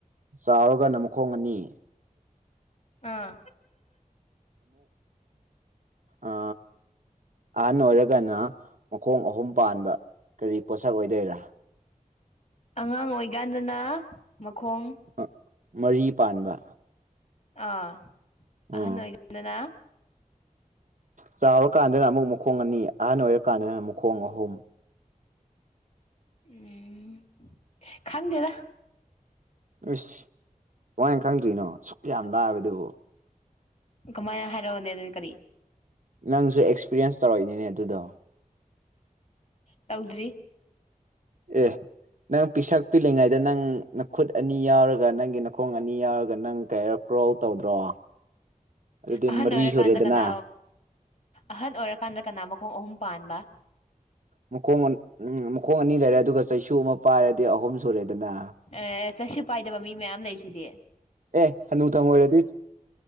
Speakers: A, on the right; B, on the left.
A: ꯆꯥꯎꯔꯒ ꯅꯨ ꯈꯣꯡ ꯑꯅꯤ
B: ꯑꯥ
A: ꯑ ꯑꯅꯔ ꯀꯅ ꯃꯈꯣꯡ ꯑꯍꯨꯝ ꯄꯥꯟꯕ ꯀꯔꯤ ꯄꯣꯠꯁꯛ ꯑꯣꯏꯗꯣꯏꯔꯥ
B: ꯑꯉꯥꯡ ꯑꯣꯏꯀꯥꯟꯗꯅ ꯃꯈꯣꯡ
A: ꯑ ꯃꯔꯤ ꯄꯥꯟꯕ
B: ꯑ
A: ꯎꯝ
B: ꯑꯍꯅꯣꯏꯒꯗꯅꯥ
A: ꯆꯥꯎꯔꯀꯥꯟꯗꯅ ꯑꯃꯨꯛ ꯃꯈꯣꯡ ꯑꯅꯤ ꯑꯍꯟ ꯑꯣꯏꯔꯀꯥꯟꯗꯅ ꯃꯈꯣꯡ ꯑꯍꯨꯝ
B: ꯎꯝ ꯈꯥꯟꯗꯦꯔ
A: ꯏꯁꯁ ꯋꯥ ꯈꯪꯗ꯭ꯔꯤꯅꯣ ꯁꯨꯛ ꯌꯥꯝ ꯂꯥꯑꯕ ꯑꯗꯨꯕꯨ
B: ꯀꯃꯥꯏꯅ ꯍꯥꯏꯔꯛꯑꯣꯅꯦ ꯑꯗꯨꯗꯤ ꯀꯔꯤ
A: ꯅꯪꯁꯨ ꯑꯦꯛꯁꯄꯤꯔꯤꯌꯦꯟꯁ ꯇꯧꯔꯛꯏꯅꯤꯅꯦ ꯑꯗꯨꯗꯣ
B: ꯇꯧꯗ꯭ꯔꯤ
A: ꯑꯦ ꯅꯪ ꯄꯤꯁꯛ ꯄꯤꯛꯂꯤꯉꯩꯗ ꯅꯪ ꯈꯨꯨꯠ ꯑꯅꯤ ꯌꯥꯎꯔꯒ ꯅꯪꯒꯤ ꯅꯈꯣꯡ ꯑꯅꯤ ꯌꯥꯎꯔꯒ ꯅꯪ ꯀꯩꯔꯛ ꯔ꯭ꯔꯣꯜ ꯇꯧꯗ꯭ꯔꯣ ꯑꯗꯨꯗꯤ
B: ꯑꯍꯟ
A: ꯃꯔꯤ
B: ꯑꯣꯏꯔꯀꯥꯟꯗ
A: ꯁꯨꯔꯦꯗꯅ
B: ꯀꯅꯥ ꯑꯍꯟ ꯑꯣꯏꯔꯀꯥꯟꯗ ꯀꯅꯥ ꯃꯈꯣꯡ ꯑꯍꯨꯝ ꯄꯥꯟꯕ
A: ꯃꯈꯣꯡ ꯎꯝ ꯃꯈꯣꯡ ꯑꯅꯤ ꯂꯩꯔꯦ ꯑꯗꯨꯒ ꯆꯩꯁꯨ ꯑꯃ ꯄꯥꯏꯔꯗꯤ ꯑꯍꯨꯝ ꯁꯨꯔꯦꯗꯅ
B: ꯑꯦ ꯆꯠꯁꯨ ꯄꯥꯏꯗꯕ ꯃꯤ ꯃꯌꯥꯝ ꯂꯩꯔꯤꯁꯤꯗꯤ
A: ꯑꯦ ꯍ ꯅꯨꯡꯊꯪ ꯑꯣꯏꯔꯗꯤ